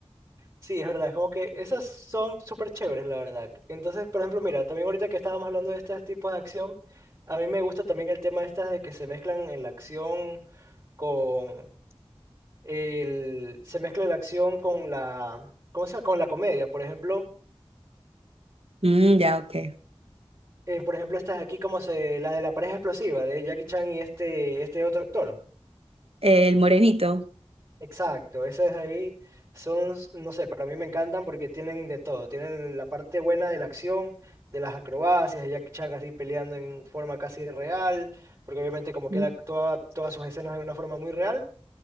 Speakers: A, on the right; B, on the right.
A: Sí, es verdad, es como que esas son súper chéveres, la verdad. Entonces, por ejemplo, mira, también ahorita que estábamos hablando de estos tipos de acción, a mí me gusta también el tema estas de que se mezclan en la acción con el, se mezcla la acción con la, ¿cómo se llama? Con la comedia, por ejemplo,
B: Mm, ya, ok.
A: eh, por ejemplo, estas aquí como se, la de la pareja explosiva de Jackie Chan y este, este otro actor.
B: El morenito.
A: Exacto, esas ahí son, s- no sé, para mí me encantan porque tienen de todo. Tienen la parte buena de la acción, de las acrobacias, de Jackie Chan así peleando en forma casi real, porque obviamente como
B: Mm.
A: que él actúa todas sus escenas de una forma muy real.